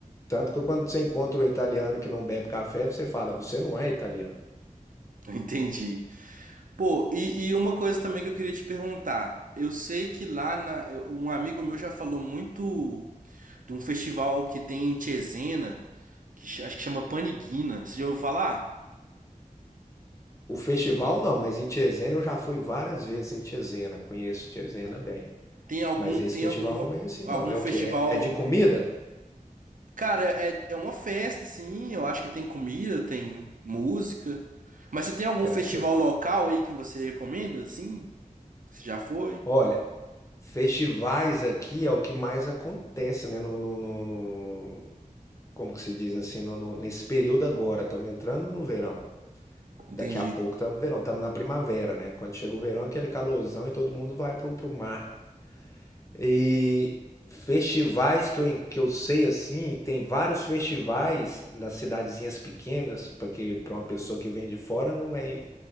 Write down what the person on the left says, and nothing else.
Tanto que quando você encontra um italiano que não bebe café, você fala, você não é italiano.
O festival não, mas em Cesena eu já fui várias vezes em Cesena, conheço Cesena bem.
Mas esse
festival
eu não conheci,
não. É o
quê? É, é de comida?
É porque,
olha, Festivais aqui é o que mais acontece, né? No, no, no- no- como que se diz assim, no, no- nesse período agora, estamos entrando no verão.
Daqui a pouco estamos no verão, estamos na primavera, né? Quando chega o verão, é aquele calorzão e todo mundo vai pro, pro mar. E festivais que eu, en- que eu sei assim, tem vários festivais nas cidadezinhas pequenas, porque para uma pessoa que vem de fora não é